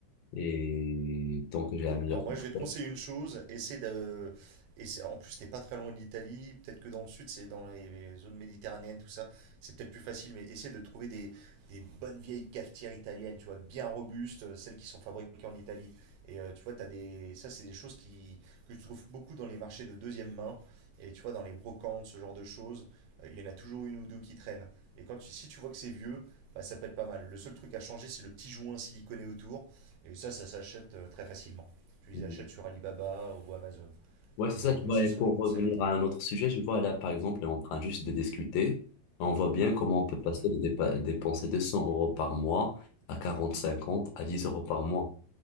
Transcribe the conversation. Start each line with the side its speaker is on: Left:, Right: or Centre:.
Left: Et tant que j'ai un meilleur
Right: Alors moi,
Left: critère.
Right: je vais te conseiller une chose, essaie de... Et c'est- en plus, t'es pas très loin de l'Italie. Peut-être que dans le sud, c'est dans les les zones méditerranéennes, tout ça. C'est peut-être plus facile, mais essaie de trouver des, des bonnes vieilles cafetières italiennes, tu vois, bien robustes, euh, celles qui sont fabriquées en Italie. Et euh, tu vois, t'as des... ça, c'est des choses qui... que je trouve beaucoup dans les marchés de deuxième main. Et tu vois, dans les brocantes, ce genre de choses, euh, il y en a toujours une ou deux qui traînent. Et quand tu- si tu vois que c'est vieux, bah, ça peut être pas mal. Le seul truc à changer, c'est le petit joint siliconé autour. Et ça, ça s'achète euh, très facilement. Tu les
Left: Mm.
Right: achètes sur Alibaba ou Amazon.
Left: Ouais, c'est
Right: Mais
Left: ça, tu
Right: ouais,
Left: vois.
Right: ce
Left: Et
Right: serait
Left: pour
Right: mon conseil.
Left: revenir à un autre sujet, je vois là, par exemple, on est en train juste de discuter. On voit bien comment on peut passer
Right: Mhm.
Left: de dépa- dépenser 200 euros par mois à 40 50 à 10 euros par mois.